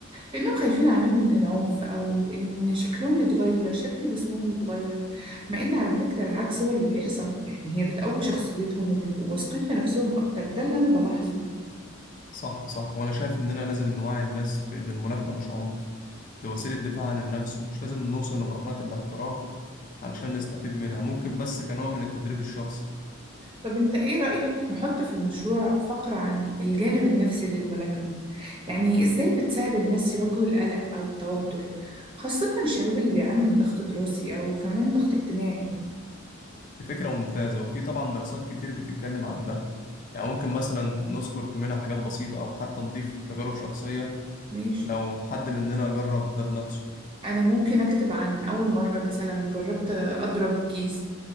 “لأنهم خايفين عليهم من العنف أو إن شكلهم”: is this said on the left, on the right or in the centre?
Right